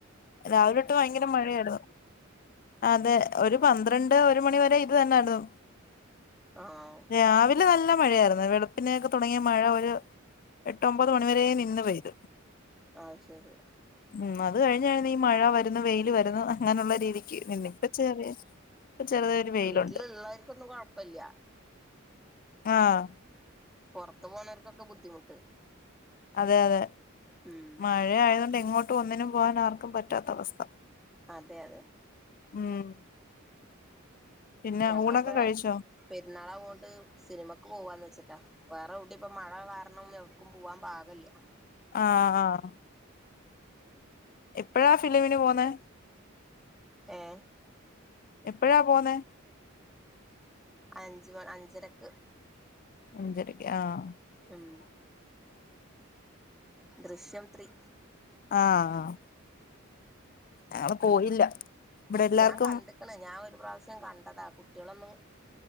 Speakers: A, on the left; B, in the centre.
A: രാവിലെ ഇട്ട് ഭയങ്കര മഴയായിരുന്നു അതെ ഒരു പന്ത്ര രണ്ട് ഒരു മണി വരെ ഇത് തന്നായിരുന്നു
B: ആഹ്
A: എ രാവിലെ നല്ല മഴയായിരുന്നു വെളുപ്പിനെയൊക്കെ തുടങ്ങിയ മഴ ഒരു എട്ടൊമ്പത് മണിവരേ നിന്ന് പെയ്തു
B: ആഹ് ശരി
A: ഉം അത് കഴിഞ്ഞയ്ൻ ഈ മഴ വരുന്നു വെയില് വരുന്നു അ അങ്ങനെയുള്ള രീതിക്ക് ഇന്ന് ഇപ്പം ചെറിയ ഇപ്പ ചെറുതായൊരു വെയിലുണ്ട്
B: വീട്ടില്ള്ളർക്കൊന്നും കൊഴപ്പില്ല
A: ആഹ
B: പുറത്തു പോണവർക്കൊക്കെ ബുദ്ധിമുട്ട്
A: അതെ അതെ
B: ഉം
A: മഴ ആയതോണ്ടേ ഇങ്ങോട്ട് ഒന്നിനും പോകാൻ ആർക്കും പറ്റ പറ്റാത്ത അവസ്ഥ
B: അതെ അതെ
A: ഉം പിന്നെ
B: ഞങ്ങളൊക്കെ
A: ഊണൊക്കെ കഴിച്ചോ
B: പെരുന്നാളാവോണ്ട് സിനിമക്ക് പോവാന്ന് വെച്ച് വേറെ എവിടെ ഇപ്പം മഴ കാരണം എവിടേക്കും പോവാൻ പാകില്ല
A: ആഹ ആഹ എപ്പോഴാ ഫിലിമിന് പോന്നെ
B: ആഹ
A: എപ്പഴാ പോന്നെ
B: അഞ്ച് അഞ്ചരയക്ക്
A: അഞ്ചരയക്ക് ആഹ
B: ഉം ദൃശ്യം ത്രീ
A: ആഹ ആഹ ഞങ്ങള് പോയില്ല ഇവിടെ എല്ലാർക്കും
B: ഞാൻ കണ്ടിക്കണ് ഞാൻ ഒരു പ്രാവശ്യം ഉം കണ്ടതാ കുട്ടികളൊന്നും